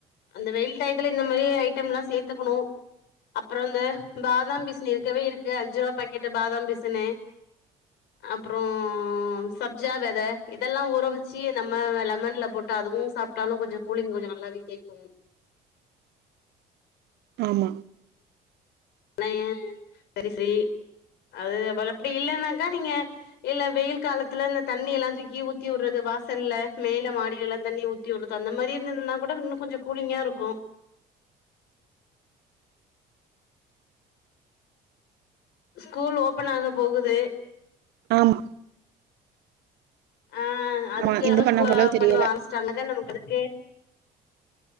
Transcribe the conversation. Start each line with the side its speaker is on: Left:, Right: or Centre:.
Left: அந்த வெயில் டைத்துல இந்த மாதிரி ஐட்டம் எல்லா சேத்துக்கணு அப்பறோ இந்த பாதாம் பி'சனு இருக்கவே இருக்கு அஞ்சு ரூபாய் பாக்கெட்டு பாதாம் பிசுனு அப்பறோ சப்ஜா வித இதெல்லா ஊறவச்சு நம்ம லெமன்ல போட்டு அதுவும் சாப்பிட்டாலு கொஞ்சோ கூலிங் கொஞ்சோ நல்லாவே கேக்கு
Right: ஆமா
Left: ஆனா ஏ செரி செரி அது அவள் அப்புடி இல்லன்னாக்கா நீங்க இல்ல வெயில் காலத்துல இந்த தண்ணி எல்லா தூக்கி ஊத்தி விட்றது வாசல்ல மேல மாடி எல்லா தண்ணி ஊத்தி விடுறது அந்த மாதிரி இருந்ததுன்னா கூட இன்னு கொஞ்சோ கூலிங்கா இருக்கு ஸ்கூல் ஓபன் ஆகப்போகுது
Right: ஆமா
Left: அ அதுக்கு
Right: ஆமா
Left: யாரோ
Right: இந்த பண்ண
Left: ஸ்கூல்ல
Right: பழோ
Left: <inaudible>
Right: தெரியல
Left: வாங்க ஆரம்பிச்சுட்டாங்கன்னாக்கா நமக்கு அதுக்கு